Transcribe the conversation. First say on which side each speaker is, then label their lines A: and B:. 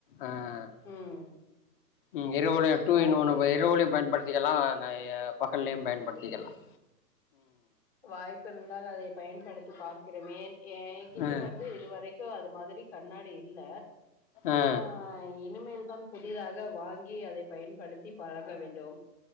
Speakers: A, on the left; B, in the centre.
A: ஆஹ்
B: ம்
A: உம் இரவில டூ
B: வாய்ப்பு
A: இன் ஒன் இரவிலேயு பயன்படுத் திக்கலாம் நெறயா பகலியும் பயன்படுத்திக்கலாம்
B: வாய்ப்பு இருந்தால் அதை பயன்படுத்தி பார்க் கிருமேன் எ என்கிட்ட
A: ஆ
B: வந்து இது வரைக்கும் அது மாதிரி கண்ணாடி இல்ல
A: ஆ
B: ஆஹ் இனி இனிமேல்தா புதிதாக வாங்கி கி அதைப் பயன்படுத்தி பழக வேண்டு டொம்